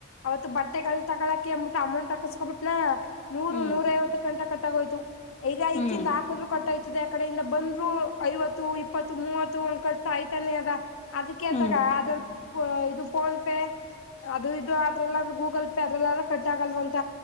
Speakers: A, on the left; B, on the left.
A: ಅವತ್ತು ಬಟ್ಟೆಗೆ ಹಾ ತಗಳಕೆ ಅಂಬುಟ್ಟು ಅಮೌಂಟ್ ಹಾಕಸ್ಕೊಬಿಟ್ನ ನೂರು
B: ಹ್ಮ್
A: ನೂರು ಐವತ್ತು ಗಂತ ಕೊಟ್ಟಂಗಾಯ್ತು. ಈಗ
B: ಹ್ಮ್
A: ಇತ್ತಿಂದ ಹಾಕಬೇಕು ಕೊಟ್ಟಾಜ್ಗೆ ಆ ಕಡೆಯಿಂದ ಬಂದ್ರು ಐವತ್ತು. ಇಪ್ಪತ್ತು ಮೂವತ್ತು ಒಂದ್ಕಟ್ಟ ಆಯ್ತಲ್ಲೇ ಅದ ಅದು ಕೇತವ
B: ಹ್ಮ್
A: ಅದು. ಇದು ಫೋನ್ ಪೇ ಅದು ಇದು ಅದ್ರಲ್ಲ್ರೂ ಗೂಗಲ್ ಪೇ ಅದ್ರಲ್ಲೂ ಕಟ್ ಆಗಲ್ವಂತ.